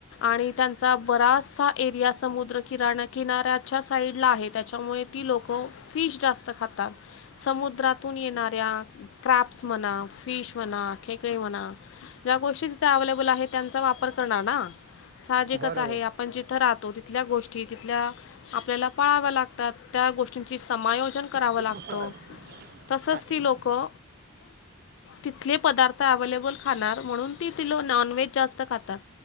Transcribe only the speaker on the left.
आणि त्यांचा बराचसा एरिया समुद्र किराणा किनाऱ्याच्या साइड ला आहे त्या त्याच्यामुळे ती लोकं फिश जास्त खातात समुद्रातून येणाऱ्या क्रॅप्स म्हणा फिश म्हणा खेकळे म्हणा ज्या गोष्टी तिथे अवलेबल आहेत त्यांचा वापर करणार ना साहजिक
आहे पण जिथं राहतो तिथल्या गोष्टी तिथल्या आपल्याला पळावं लागतात त्या गोष्टींची समायोजन करावं
लागतं
तसंच
ती लोकं तिथले पदार्थ अवे्हेलेबल खाणार म्हणून ती ति लो नॉनव्हेज जास्त खातात